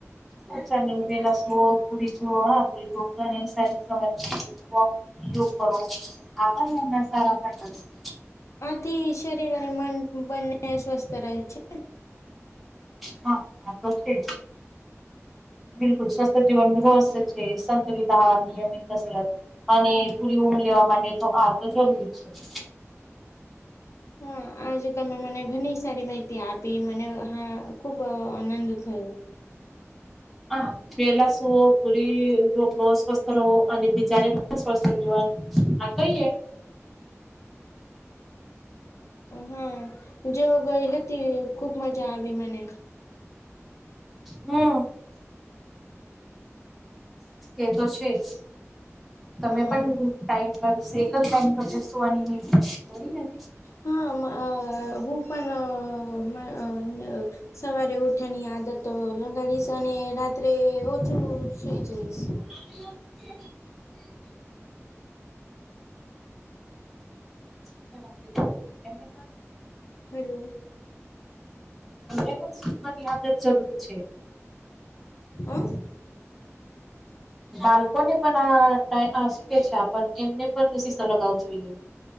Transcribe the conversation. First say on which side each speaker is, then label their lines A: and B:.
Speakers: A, in the centre; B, on the left.
A: <unintelligible> પેલાઓ પૂરી જુઓ હા પડીકડા સારી સ <unintelligible> યોગ આપણ એના સારા ફાયદા છે.
B: આથી શરીર અને મન બંને સ્વસ્થ રહે છે.
A: હા આ તો છે જ બિલકુલ સ્વસ્ત્થજીીવનુ રહસ્ય છે, સંતુલિત નિયમિત કસરત અને પૂરી ઊંધ લેવા માટે તો આ તો જરૂરી જ છે.
B: હા આજે તમે મને ઘણી સારી માહિતી આપી મને હા ખુબ આનંદ થયો.
A: હા. પેલા સુવો પૂરી સ્વસ્થ રહવો અને બીજાને પણ સ્વસ્થ રહેવાય. આ કઈ એ
B: હા જે ગઈ હતી ખુબ મજા આવી મને
A: હમ એ તો છે જ તમે
B: હા
A: પણ ટાઈમ બસ એક જ ટાઈમ ફટેુંની કરી.
B: હા હું પણ સવારે ઉઠાની આદત લગાડીશ અને રાત્રે ઓછું સુઈ જઈશ.
A: <unintelligible> <unintelligible> હ તને
B: હેલો
A: પણની યાદ જ જરૂરી છે.
B: અ
A: બાલ્પને એ પણ આ શું કે છે એમને પણ સીશ લગાવું જોઈએ.